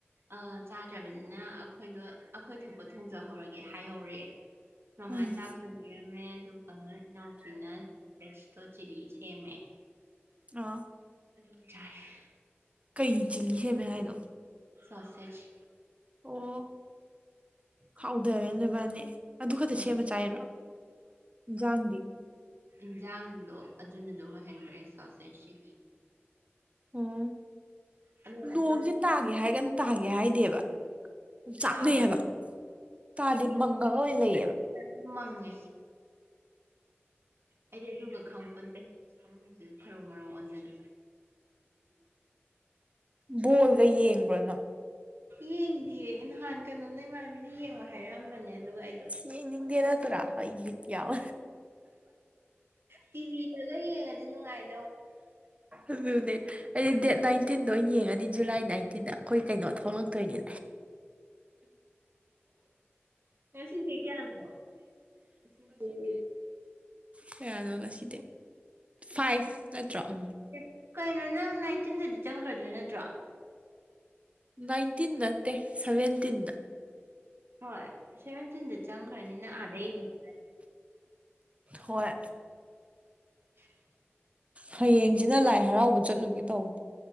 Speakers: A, on the right (about 60°); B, on the right (about 30°).
A: ꯑ ꯆꯥꯗ꯭ꯔꯕꯅꯤꯅ ꯑꯩꯈꯣꯏꯗꯣ ꯑꯩꯈꯣꯏ ꯊꯣꯛꯄ ꯊꯣꯡꯖꯍꯧꯔꯒꯦ ꯍꯥꯏꯍꯧꯔꯦ ꯃꯃꯥꯅ
B: ꯎꯝ
A: ꯆꯥꯥꯛ ꯊꯣ ꯕꯤꯔꯝꯃꯦ ꯑꯗꯨꯒ ꯏꯅꯥꯎꯄꯤꯅ ꯁꯣꯚꯦꯁꯇꯣꯠ ꯆꯤꯂꯤ ꯁꯦꯝꯃꯦ
B: ꯑ
A: ꯑꯗꯨꯒ ꯆꯥꯏꯑꯦ
B: ꯀꯩ ꯆꯤꯂꯤ ꯁꯦꯝꯃꯦ ꯍꯥꯏꯅꯣ
A: ꯁꯥꯁꯦꯠꯁ
B: ꯑꯣ ꯍꯥꯎꯗꯔꯦ ꯅꫭꯏꯕꯥꯏꯅꯤ ꯑꯗꯨ ꯈꯛꯇ
A: ꯑ
B: ꯁꯦꯝꯃ ꯆꯥꯏꯔꯣ ꯏꯟꯖꯥꯡꯗꯤ
A: ꯏꯟꯁꯥꯡꯗꯣ ꯑꯗꯨꯅ ꯑꯗꯨꯝ ꯑꯣꯏꯍꯦꯟꯒꯔꯦ ꯁꯥꯁꯦꯠꯁ ꯆꯤꯂꯤ
B: ꯑꯣ
A: ꯑꯗꯨꯒ
B: ꯅꯣꯡꯖꯦ
A: ꯑꯇꯣꯞꯄ
B: ꯇꯥꯒꯦ ꯍꯥꯏꯒꯟ ꯇꯥꯒꯦ ꯍꯥꯏꯗꯦꯕ ꯑꯣꯞꯆꯥꯛꯅꯩ
A: ꯇꯥꯕ꯭ꯔꯣ
B: ꯍꯥꯏꯕ ꯇꯥꯗꯦ ꯃꯪꯉꯒ ꯑꯣꯏꯅ ꯂꯩꯌꯦꯕ
A: ꯁꯤꯗꯁꯨ ꯃꯪꯉꯦ ꯑꯩꯗꯤ ꯑꯗꯨꯒ ꯈꯪꯄꯣꯟꯇꯦ ꯐꯃꯨꯡꯖꯤꯗ ꯊꯔꯣ ꯃꯥꯔꯣ ꯑꯣꯟꯗꯅ
B: ꯕꯣꯜꯒ ꯌꯦꯡꯕ꯭ꯔꯣ ꯅꯪ
A: ꯌꯦꯡꯗꯤꯌꯦ ꯅꯍꯥꯟ ꯀꯩꯅꯣꯅ ꯏꯃꯥꯟꯅꯕꯤꯅ ꯌꯦꯡꯉꯣ ꯍꯥꯏꯔꯛꯑꯝꯕꯅꯦ ꯑꯗꯨꯒ ꯑꯩ
B: ꯌꯦꯡꯅꯤꯡꯗꯦ ꯅꯠꯇ꯭ꯔꯥ ꯑꯩ ꯒꯤꯠ ꯌꯥꯎ
A: ꯇꯤꯚꯤꯗꯒ ꯌꯦꯡꯉꯗꯤ ꯅꯨꯡꯉꯥꯏ
B: ꯑꯗꯨꯅꯦ ꯑꯩꯗꯤ ꯗꯦꯠ ꯅꯥꯏꯟꯇꯤꯟꯗꯣ ꯑꯣꯏꯅ ꯌꯦꯡꯉꯅꯤ ꯖꯨꯂꯥꯏ ꯅꯥꯏꯟꯇꯤꯟꯗ ꯑꯩꯈꯣꯏ ꯀꯩꯅꯣ ꯊꯣꯛꯂꯛꯇꯣꯏꯅꯤ
A: ꯉꯁꯤ ꯗꯦꯠ ꯀꯌꯥꯅꯣ ꯉꯁꯤ ꯗꯦꯠ
B: ꯀꯌꯥꯅꯣ ꯉꯁꯤ ꯗꯦꯠ ꯐꯥꯏꯚ ꯅꯠꯇ꯭ꯔꯣ ꯎꯝ
A: ꯑꯦ ꯀꯩꯅꯣ ꯅꯪ ꯅꯥꯏꯟꯇꯤꯟꯗꯗꯤ ꯆꯪꯒ꯭ꯔꯗꯣꯏ ꯅꯠꯇ꯭ꯔꯣ
B: ꯅꯥꯏꯟꯇꯤꯟ ꯅꯠꯇꯦ ꯁꯚꯦꯟꯇꯤꯟꯗ
A: ꯍꯣꯏ ꯁꯦꯚꯦꯟꯇꯤꯟꯗ ꯆꯪꯈ꯭ꯔꯅꯤꯅ ꯑꯥꯗꯩ ꯌꯦꯡ
B: ꯍꯣꯏ
A: <inaudible>
B: ꯍꯌꯦꯡꯖꯤꯅ ꯂꯥꯏ ꯍꯔꯥꯎꯕ ꯆꯠꯂꯨꯒꯦ ꯇꯧꯅꯤ